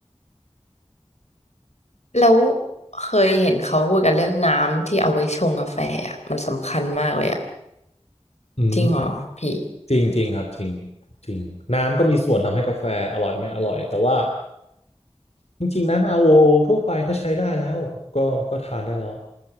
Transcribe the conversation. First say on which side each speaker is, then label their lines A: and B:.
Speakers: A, on the left; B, on the left.
A: แล้วเคยเห็นเขาพูดกันเรื่องน้ำที่เอาไว้ชงกาแฟอ่ะมันสำคัญมากเลยอ่ะ
B: อืม
A: จริงเหรอพี่
B: จริงจริงครับจริงจริงน้ำก็มีส่วนทำให้กาแฟอร่อยไม่อร่อยแต่ว่าจริงๆน้ำอาร์โอทั่วไปก็ใช้ได้แล้วก็ก็ทานได้แล้ว